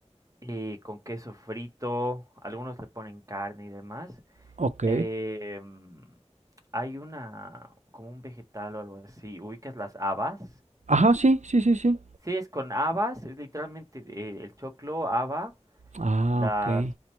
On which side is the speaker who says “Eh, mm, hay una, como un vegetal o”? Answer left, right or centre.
Right